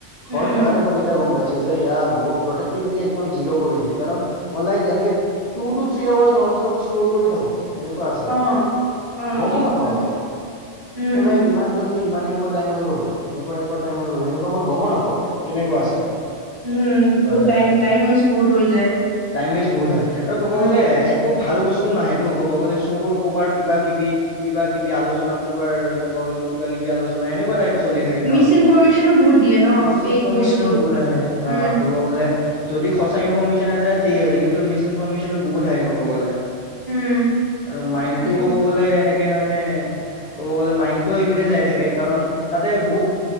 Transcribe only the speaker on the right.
উম উম
অ
অ
একদম
উম
উম বহুত
টাইম টাইম ৱেষ্ট বহুত হৈ যায়।
উম
মিচ ইনফৰমেশ্যনো বহুত দিয়ে ন
ফেক
বস্তু
উম
উম
তাকে